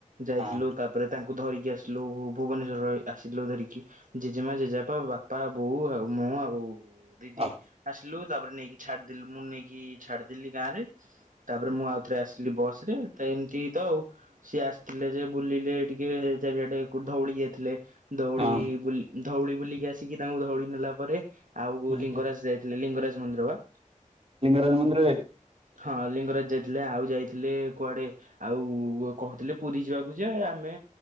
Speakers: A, on the right; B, on the right.
A: ଯାଇଥିଲୁ
B: ହଁ
A: ତାପରେ ତାଙ୍କୁ ଧରିକି ଆସିଲୁ ଭୁ ଭୁବନେଶ୍ୱର ରହି ଆସିଲୁ ଧରିକି। ଜେଜେମା, ଜେଜେବାପା, ବାପା, ବୋଉ, ଆଉ ମୁଁ ଆଉ ଦିଦି।
B: ହଁ
A: ଆସିଲୁ ତାପରେ ନେଇକି ଛାଡିଦେଲୁ, ମୁଁ ନେଇକି ଛାଡିଦେଲି ଗାଁ ରେ। ତାପରେ ମୁଁ ଆଉଥରେ ଆସି ଥିଲି ବସରେ ତ ଏମତି ତ ଆଉ। ସିଏ ଆସିଥିଲେ ଯେ ବୁଲିଲେ ଟିକେ ଚାରିଆଡେ କୋଉଠି ଧଉଳି ଯାଇଥିଲେ। ଧଉଳି
B: ହଁ
A: ବୁଲି ଧଉଳି ବୁଲିକି ଆସିକି ତାଙ୍କୁ ଧଉଳି ନେଲା ପରେ ଆଉ
B: ହଁ
A: ଲିଙ୍ଗରାଜ ଯାଇ ଥିଲେ ଲିଙ୍ଗରାଜ ମନ୍ଦିର ବା।
B: ଲିଙ୍ଗରାଜ ମନ୍ଦିର ଯାଇ
A: ହଁ ଲିଙ୍ଗରାଜ ଯାଇଥିଲେ ଆଉ ଯାଇଥିଲେ କୁଆଡେ ଆଉ କହୁଥିଲେ ପୁରୀ ଯିବାକୁ ଯେ ଆମେ